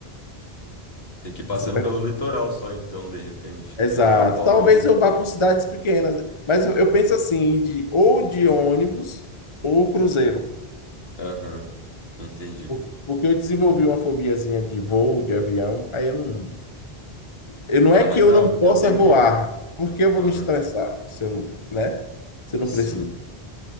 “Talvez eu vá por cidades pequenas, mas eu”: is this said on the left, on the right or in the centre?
Left